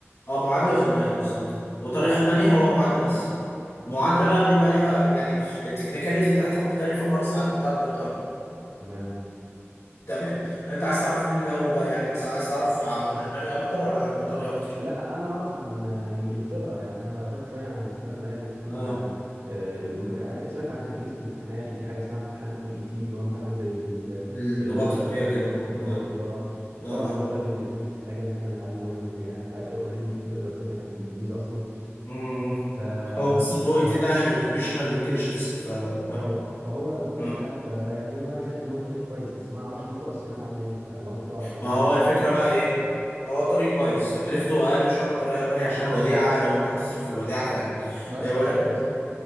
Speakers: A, on the left; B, on the right.
A: اه معادله وزمالات بالظبط وطريق المانيا هو معادله بس معادله بقى بيبقى ليها يعني التكنيكاليتي بتاعتها مختلفه خالص عن بتاعت بريطانيا
B: تمام
A: تمام انت عايز تعرف مين الاول بقى يعني مثلا عايز تعرف عن المانيا اكتر ولا عن بريطانيا اكتر
B: لا انا اعرف عن آه، انجلترا يعني انا قريت شويه عن انجلترا ان هي بتكون
A: اه
B: آه، آه، سمعت عن تكلفه الامتحانات وفي حاجه اسمها امتحان او اي تي اللي هو امتحان زي ال-
A: اللغه
B: اللغه
A: الطبيه كده
B: اللغه الطبيه
A: اه
B: وكده اه وطبعا
A: اه
B: اللغه
A: آه.
B: الانجليزيه مش محتاجه ان احنا نتعلم لغه انجليزيه احنا اوريدي دراستنا كانت بالانجليزي اصلا
A: مم.
B: ف-
A: هو بس ال OET
B: فهو
A: ده يعني اوكيبيشنال
B: ف-
A: انجلش تيست فاهم
B: اه فهو انت
A: مم.
B: ح- فيعني هو انا شايف ان هو طريق كويس بس ما اعرفش الفرص هناك عامله ايه فلو انت تعرف يعني
A: ما هو الفكرة بقى ايه هو طريق كويس تكلفته اقل شوية من طريق المانيا عشان الوديعة لو انت هتصرف في الوديعة فعلا
B: واسهل
A: إيه ولكن
B: شويه صح؟